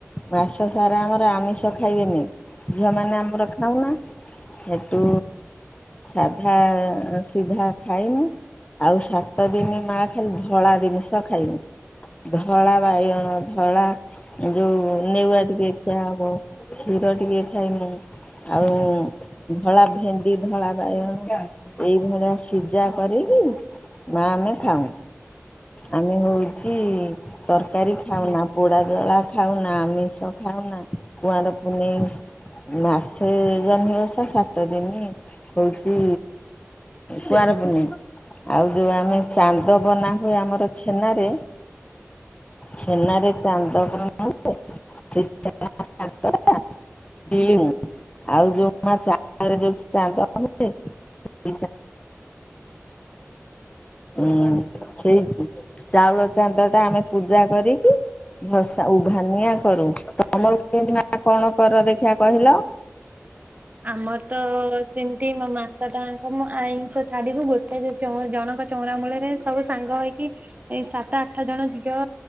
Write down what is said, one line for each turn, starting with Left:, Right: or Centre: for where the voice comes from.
Left: ମାସ ତ ସାରା ଆମର ଆମିଷ ଖାଇବେନି, ଝିଅମାନେ ଆମର ଖାଉନା ହେଟୁ ସାଧା ସିଧା ଖାଇମୁଁ, ଆଉ ସାତ ଦିନି ମା ଖାଲି ଧଳା ଜିନିଷ ଖାଇବୁ, ଧଳା ବାଇଗଣ, ଧଳା ଯୋଉ ନେଉଆ ଟିକେ କିଣା ହବ। କ୍ଷୀର ଟିକେ ଖାଇମୁଁ, ଆଉ ଧଳା ଭେଣ୍ଡି, ଧଳା ବାଇଗଣ ଏଇଭଳିଆ ସିଝା କରିକି ମା ଆମେ ଖାଉଁ। ଆମେ ହଉଚି ତରକାରୀ ଖାଉନା, ପୋଡା ଜଳା ଖାଉନା, ଆମିଷ ଖାଉନା, କୁଆଁର ପୁନେଇଁ ମାସ୍ ସେ ଜହ୍ମିଓଷା, ସାତ ଦିନି ହଉଚି କୁଆଁର ପୁନେଇଁ। ଆଉ ଯୋଉ ଆମେ ଚାନ୍ଦ୍ ଦ ବନା ହୁଏ ଆମର ଛେନାରେ, ଛେନାରେ ଚାନ୍ଦ <unintelligible> <unintelligible> ଆଉ ଯୋଉ ମା <unintelligible> <unintelligible> ଉଁ ସେଇ ଚାଉଳ ଚାନ୍ଦ ଟା ଆମେ ପୂଜା କରିକି ଭସା ଉଭାନିଆ କରୁ। ତମର କେମତି ମା' କଣ କର ଦେଖିଆ କହିଲ?
Right: ଆମର ତ ସେମିତି ମୋ ମାସ ଟାଙ୍କ ମୁଁ ଆଇଁଷ ଛାଡ଼ିବି। ଗୋଟେ ଯଦି ଜଣଙ୍କ ଚଉରା ମୂଳରେ ସବୁ ସାଙ୍ଗ ହେଇକି। ଏଇ ସାତ ଆଠ ଜଣ ଝିଅ